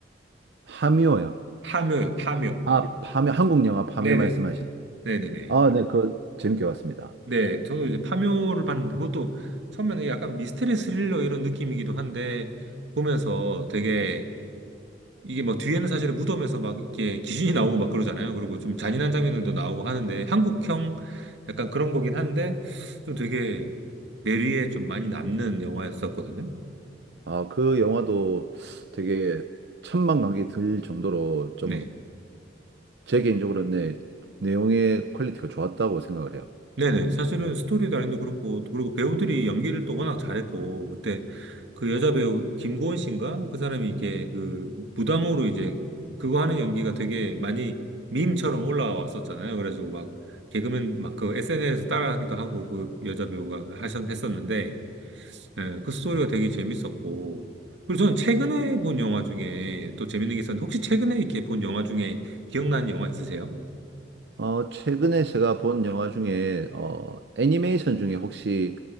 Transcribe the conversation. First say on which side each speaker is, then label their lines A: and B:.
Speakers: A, on the right; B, on the right.
A: 파묘요.
B: 파묘요, 파묘.
A: 아, 파묘, 한국 영화 파묘
B: 네네,
A: 말씀하신.
B: 네네네.
A: 아, 네, 그 재밌게 봤습니다.
B: 네, 저도 이제 파묘를 봤는데, 그것도 처음에는 약간 미스터리 스릴러 이런 느낌이기도 한데, 보면서 되게 이게 뭐 뒤에는 사실은 무덤에서 막 이렇게 귀신이 나오고 막 그러잖아요. 그리고 좀 잔인한 장면들도 나오고 하는데 한국형 약간 그런 거긴 한데 좀 되게 뇌리에 좀 많이 남는 영화였었거든요.
A: 아, 그 영화도 되게 천만관계 들 정도로 좀
B: 네.
A: 제 개인적으로는 네, 내용의 퀄리티가 좋았다고 생각을 해요.
B: 네네. 사실은 스토리 라인도 그렇고, 또 그리고 배우들이 연기를 또 워낙 잘했고, 그때 그 여자 배우 김고은 씨인가? 그 사람이 이렇게 그 무당으로 이제 그거 하는 연기가 되게 많이 밈처럼 올라왔었잖아요. 그래가지고 막 개그맨 막 그 SNS에서 따라하기도 하고 그 여자 배우가 하셨, 했었는데, 예, 그 스토리가 되게 재밌었고, 그리고 저는 최근에 본 영화 중에 또 재밌는 게 있었는데, 혹시 최근에 이렇게 본 영화 중에 기억나는 영화 있으세요?
A: 어, 최근에 제가 본 영화 중에 어, 애니메이션 중에 혹시